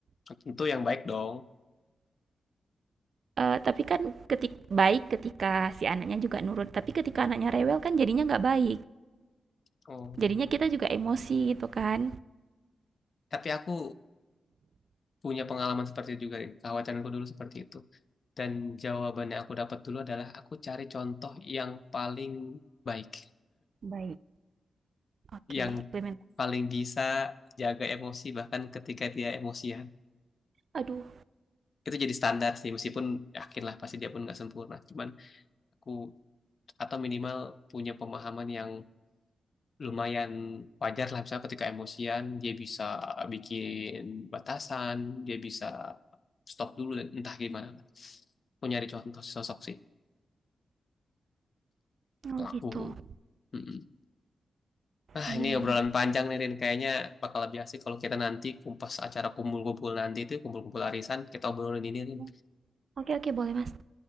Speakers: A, on the left (about 45°); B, on the right (about 65°).
A: tentu yang baik dong
B: Eh, tapi kan ketik baik ketika si anaknya juga nurut tapi ketika anaknya rewel kan jadinya nggak baik
A: oh.
B: jadinya kita juga emosi gitu kan
A: tapi aku punya pengalaman seperti itu juga Rin kekhawatiranku dulu seperti itu dan jawaban yang aku dapat dulu adalah aku cari contoh yang paling baik
B: Baik. Oke,
A: yang
B: implement.
A: paling bisa jaga emosi bahkan ketika dia emosian
B: Aduh,
A: itu jadi standar sih meskipun yakin lah pasti dia pun nggak sempurna cuman aku atau minimal punya pemahaman yang lumayan wajar lah misalnya ketika emosian dia bisa bikin batasan dia bisa stop dulu dan entah gimana lah. aku nyari contoh sosok sih
B: Oh
A: pelaku
B: gitu.
A: Mm-mm. ah
B: Iya
A: ini
B: iya.
A: obrolan panjang nih Rin kayaknya bakal lebih asik kalau kita nanti kumpas acara kumpul-kumpul nanti itu kumpul-kumpul arisan kita obrolin ini
B: oke
A: Rin
B: okay, oke okay, boleh mas.